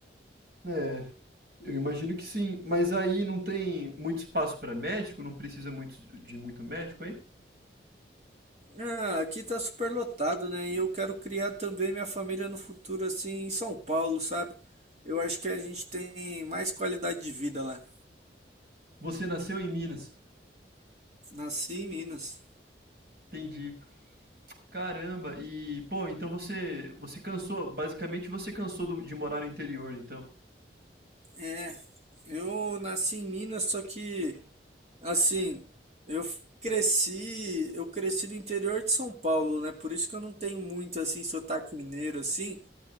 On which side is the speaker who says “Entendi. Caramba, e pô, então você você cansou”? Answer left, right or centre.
Right